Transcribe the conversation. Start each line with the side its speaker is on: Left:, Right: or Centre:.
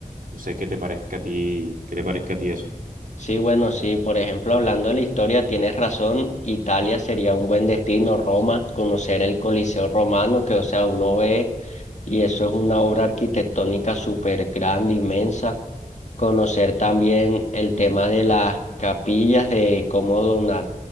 Right: No sé qué te parezca a ti, qué te parezca a ti eso.
Left: Sí, bueno, sí, por ejemplo, hablando de la historia, tienes razón, Italia sería un buen destino, Roma, conocer el Coliseo romano, que o sea, uno ve y eso es una obra arquitectónica súper grande, inmensa. Conocer también el tema de las capillas, de cómo Dona-